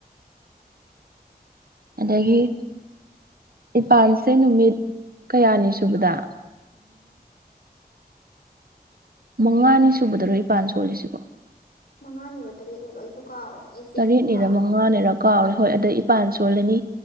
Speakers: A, on the right; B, on the left.
A: ꯑꯗꯒꯤ
B: ꯎꯝ
A: ꯅꯤꯄꯥꯥꯟꯁꯦ ꯅꯨꯃꯤꯠ ꯀꯌꯥꯅꯤ ꯁꯨꯕꯗ ꯃꯉꯥꯅꯤ ꯁꯨꯕꯗꯔꯣ ꯏꯄꯥꯟ ꯁꯣꯜꯂꯤꯁꯤꯕꯣ
B: ꯃꯉꯥꯅꯤꯔꯣ ꯇꯔꯦꯠꯅꯤꯔꯣ ꯑꯩꯁꯨ ꯀꯥꯎꯔꯦ ꯑꯦꯛꯖꯦꯛꯇꯣ
A: ꯇꯔꯦꯠꯅꯤꯔ
B: ꯀꯥꯎꯔꯦ
A: ꯃꯉꯥꯅꯤꯔ ꯀꯥꯎꯔꯦ ꯍꯣꯏ ꯑꯗꯩ ꯏꯄꯥꯟ ꯁꯣꯜꯂꯅꯤ